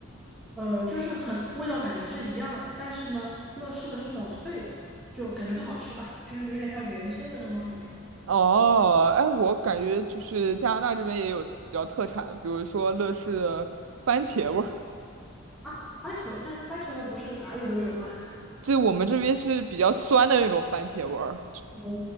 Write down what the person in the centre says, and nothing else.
呃，就是很味道感觉是一样的，但是呢，乐事的是那种脆的，就感觉更好吃吧，就是有点像原切的那种薯片
啊。番茄味，但是番茄味不是哪里都有吗？
哦，